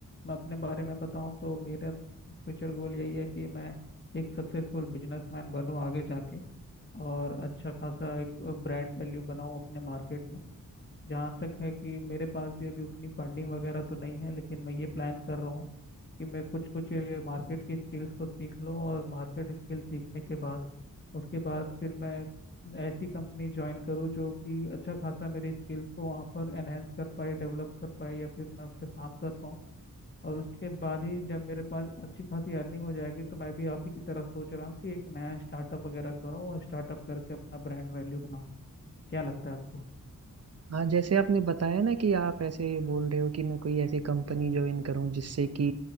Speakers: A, on the left; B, on the right.
A: मैं अपने बारे में बताऊँ तो मेरा फ्यूचर गोल यही है कि मैं एक सक्सेसफुल बिजनेसमैन बनूँ आगे जाके और अच्छा खासा एक ब्रांड वैल्यू बनाऊँ अपने मार्केट में जहाँ तक है कि मेरे पास भी अभी उतनी फंडिंग वगैरह तो नहीं है लेकिन मैं ये प्लान कर रहा हूँ कि मैं कुछ कुछ मार्केट की स्किल्स को सीख लूँ और मार्केट स्किल सीखने के बाद उसके बाद फिर मैं ऐसी कंपनी ज्वाइन करूँ जो कि अच्छा खासा मेरी स्किल्स को वहाँ पर एनहेंस कर पाए डेवलप कर पाए या फिर मैं उस पर काम कर पाऊँ और उसके बाद ही जब मेरे पास अच्छी खासी अर्निंग हो जाएगी तो मैं भी आप ही की तरह सोच रहा हूँ कि एक नया स्टार्टअप वगैरह करूँ और स्टार्टअप करके अपना ब्रांड वैल्यू बनाऊँ क्या लगता है आपको
B: हाँ जैसे आपने बताया ना कि आप ऐसे बोल रहे हो कि मैं कोई ऐसी कंपनी ज्वाइन करूं जिससे कि